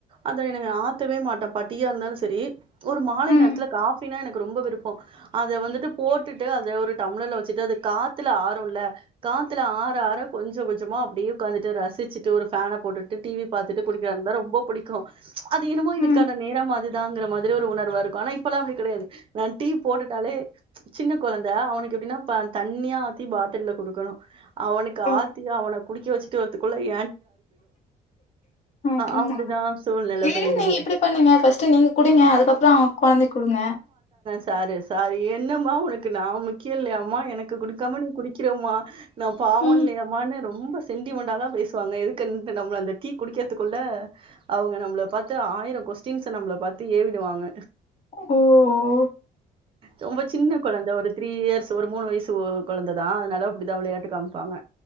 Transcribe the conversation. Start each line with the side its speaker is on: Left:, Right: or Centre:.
Right: அதை எனக்கு ஆத்தவே மாட்டோம் டீ யா இருந்தாலும் சரி ஒரு மாலை
Left: ம்
Right: நேரத்துல காபினா எனக்கு ரொம்ப விருப்பம் அத வந்துட்டு போட்டுட்டு அது ஒரு டம்ளர்ல வச்சுட்டு அது காத்துல ஆரும்ல காத்துல ஆற ஆற கொஞ்சம் கொஞ்சமா அப்படியே உட்காந்துட்டு ரசிச்சுட்டு ஒரு ஃபேனை போட்டுட்டு டிவி பாத்துட்டு குடிக்கந்தான் ரொம்ப பிடிக்கும் இருக்கும் அது என்னமோ எனக்கான
Left: ம்
Right: நேரம் அது தான்ங்கிற மாதிரி ஒரு உணர்வா இருக்கும் ஆனா இப்பெல்லாம் அப்படி கிடையாது நான் டீ போட்டுட்டாலே சின்ன குழந்தை அவனுக்கு எப்படின்னா தண்ணியா ஆத்தி பாட்டில்ல கொடுக்கணும் அவனுக்கு
Left: ஓ
Right: ஆத்தி தான் அவனை குடிக்க வச்சுட்டுவரத்துக்குள்ள ஏ
Left: ஆமா
Right: அப்டிதா சூழ்நில
Left: இல்லனா
Right: போயிடுது
Left: நீங்க இப்படி பண்ணுங்க பர்ஸ்ட் நீங்க குடுங்க அதுக்கப்புறம் குழந்தை குடுங்க
Right: சார் சாரா ஏ என்னம்மா உனக்கு நான் முக்கியம் இல்லையம்மா எனக்கு குடுக்காம நீ குடிக்கிறமா நான் பாவம்
Left: ம்.
Right: இல்லையா அம்மான்னு ரொம்ப சென்டிமெண்டாலாம் பேசுவாங்க எதுக்கு நம்மள அந்த டீ குடிக்கிறதுக்குள்ள அவங்க நம்மளை பார்த்து ஆயிரம் கொஸ்டின்ஸ நம்மளை பார்த்து ஏவிடுவாங்க
Left: ஓஓஓ
Right: ரொம்ப சின்ன குழந்தை ஒரு த்ரீ இயர்ஸ் ஒரு மூணு வயசு குழந்தைதான் அதனால அப்படிதான் விளையாட்டு காமிப்பாங்க